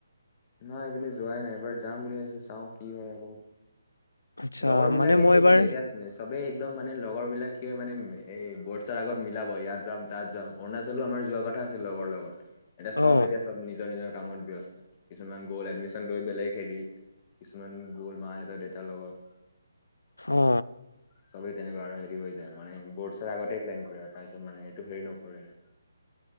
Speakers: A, on the left (about 30°); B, on the left (about 70°).
A: নাই এইপিনে যোৱাই নাই এইবাৰ যাম বুলি ভাবিছো চাওঁ কি হয় আকৌ।
B: আচ্ছা
A: লগৰ বিলাকে
B: মানে মই
A: নিমিলে
B: এবাৰ
A: এতিয়া চবেই একদম মানে লগৰ। বিলাকে মানে এই বৰ্ডছাৰ আগত মিলাব ইয়াত যাম তাত যাম। অৰুণাচলো আমাৰ যোৱা কথা আছিল লগৰ লগত। <unintelligible> এতিয়া চব
B: অ
A: এতিয়া চব নিজৰ নিজৰ কামত ব্যস্ত কিছুমান গ'ল এডমিচন লৈ বেলেগ হেৰিত কিছুমান গ'ল মাহেঁতৰ দেটাৰ লগত।
B: অ
A: চবেই তেনেকুৱা আৰু। <unintelligible> মানে বৰ্ছৰ আগতে প্লেন কৰে আৰু তিত মানে এইটো হেৰি নকৰে আৰু